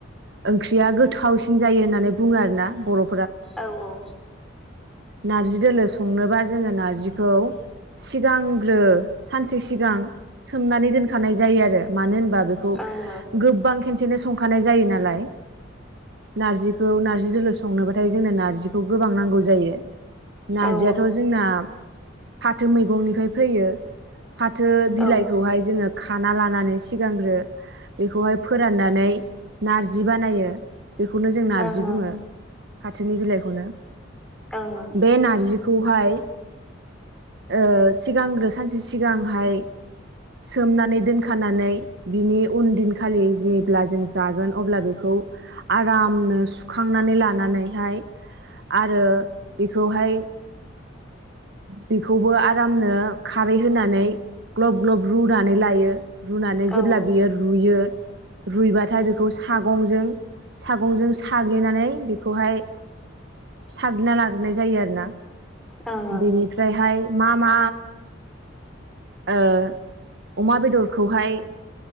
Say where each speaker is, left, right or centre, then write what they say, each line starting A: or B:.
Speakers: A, on the right; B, in the centre.
A: ओं ख्रिया गोथावसिन जायो होन्नानै बुङो आरोना बर'
B: औ औ
A: नार्जि दोलो संनोबा जोङो नार्जिखौ सिगांग्रो सानसे सिगां सोमनानै दोनखानाय जायो आरो मानो होन बा बेखौ
B: ओं
A: गोबां खेनसेनो संखानाय जायो नालाय नारजि खौ नारजि दोलो संनोबाथाय जोंनो नारजिखौ गोबां नांगौ जायो नारजियाथ
B: औ
A: जोंना फाथो मैगंनिफ्राय फैयो फाथो बिलाइखौ
B: औ ओं
A: हाय जोंङो खाना लानानै सिगांग्रो बेखौहाय फोराननानै नारजि बानायो <unintelligible> बेखौनो जों नारजि
B: ओं ओं
A: बुंङो फाथोनि बिलाइखौनो
B: ओं औ
A: बेे नारजि बेखौहाय ओ सिगांग्रो सानसे सिगांहाय सोमनानै दोनखानानै बिनि उन दिनखालि जेब्ला जों जागोन अब्ला बेखौ आरामनो सुखांनानै लानानैहाय आरो बेखौहाय बेखौबो आरामनो खारै होनानै ग्लब ग्लब रुनानै लायो रुनानै जेब्ला
B: औ ओं
A: बियो रुइयो रुइबाथाय बेखौ सागंजों सागंजों साग्लिनानै बेखौहाय साग्लिना लाग्रोनाय जायो आरोना
B: ओं औ
A: बेनिफ्राय हाय मा मा ओ अमा बेदरखौहाय